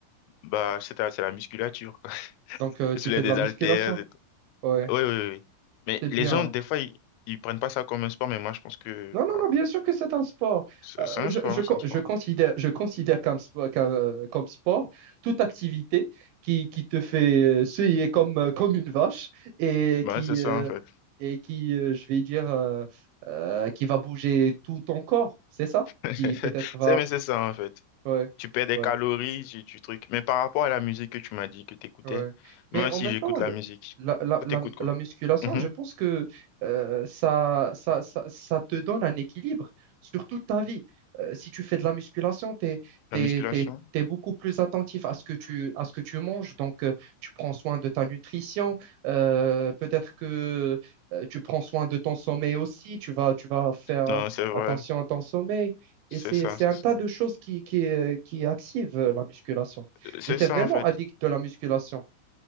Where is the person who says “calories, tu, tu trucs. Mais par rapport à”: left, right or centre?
Left